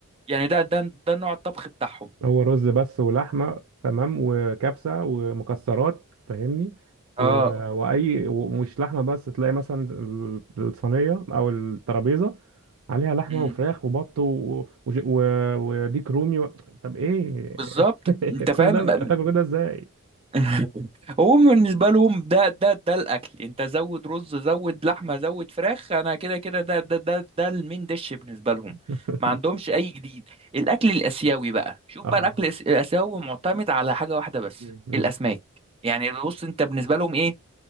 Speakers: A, on the right; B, on the right.
A: يعني ده ده ده نوع الطبخ بتاعهم
B: هو رز بس ولحمه تمام وكبسه ومكسرات فاهمني
A: اه
B: و... واي ومش لحمه بس تلاقي مثلا ال- الصينيه او الترابيزه عليها لحمه
A: أمم،
B: وفراخ وبط و... وج- و... وديك رومي و... طب ايه
A: بالظبط
B: <laughs>
A: أنت فاهم
B: كل ده تاكل كده ازاي
A: <laughs> هو بالنسبة لهم ده ده ده الأكل أنت زود رز زود لحمة زود فراخ أنا كده كده ده ده ده ده المين ديش بالنسبة لهم
B: <laughs>
A: ما عندهمش أي جديد الأكل الآسيوي بقى شوف
B: اه
A: بقى الأكل الآس- الآسيوي معتمد على حاجة واحدة بس
B: مم.
A: الأسماك يعني بص أنت بالنسبة لهم إيه